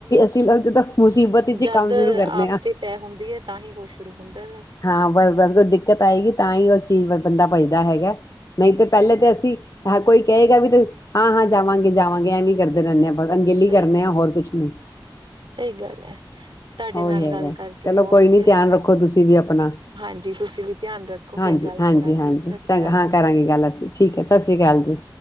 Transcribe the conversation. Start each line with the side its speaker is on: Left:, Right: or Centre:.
Left: <unintelligible> ਮੁਸੀਬਤ ਵਿੱਚ ਹੀ
Right: ਜਦ
Left: ਕੰਮ ਸ਼ੁਰੂ ਕਰਨੇ
Right: ਆਪ
Left: ਆ।
Right: ਤੇ ਤੈਅ ਹੁੰਦੀ ਹੈ ਤਾਂ ਹੀ ਕੁਛ ਸ਼ੁਰੂ ਹੁੰਦਾ ਹੈ।
Left: ਹਾ ਬਸ ਬਸ ਕੋਈ ਦਿੱਕਤ ਆਏਗੀ ਤਾਂ ਹੀ ਉਹ ਚੀਜ਼ ਵਲ ਬੰਦਾ ਭੱਜ ਦਾ ਹੈਗਾ। ਨਹੀਂ ਤੇ ਪਹਿਲੇ
Right: ਸਹੀ ਗੱਲ,
Left: ਤਾਂ ਅਸੀਂ ਹੈ ਕੋਈ ਕਹੇਗਾ ਵੀ ਹਾਂ, ਹਾਂ ਜਾਵਾਂਗੇ-ਜਾਵਾਂਗੇ ਐਵੇਂ ਕਰ ਰਹਿਨੇ ਆ ਅਣਗਲੀ
Right: ਸਹੀ
Left: ਕਰਨੇ
Right: ਗੱਲ,
Left: ਆ ਹੋਰ ਕੁਛ ਨੀ
Right: ਸਹੀ ਗੱਲ ਹੈ ਤੁਹਾਡੇ
Left: ਉਹੀ
Right: ਨਾਲ
Left: ਹੈਗਾ
Right: ਗੱਲ ਕਰਕੇ
Left: ਚਲੋ
Right: ਬਹੁਤ
Left: ਕੋਈ
Right: ਵਧੀਆ
Left: ਨੀ ਧਿਆਨ
Right: ਲੱਗਾ
Left: ਰੱਖੋ ਤੁਸੀਂ ਵੀ ਆਪਣਾ
Right: ਹਾਂਜੀ ਤੁਸੀਂ ਵੀ ਧਿਆਨ ਰੱਖੋ
Left: ਹਾਂਜੀ-ਹਾਂਜੀ,
Right: ਫੇਰ ਗੱਲ ਕਰਾਂਗੇ
Left: ਹਾਂਜੀ
Right: ਸਤਿ ਸ੍ਰੀ
Left: ਚੰ
Right: ਅਕਾਲ
Left: ਹਾਂ ਕਰਾਂਗੇ
Right: ਜੀ
Left: ਗੱਲ ਅਸੀਂ ਠੀਕ ਹੈ ਸਤਿ ਸ੍ਰੀ ਅਕਾਲ ਜੀ।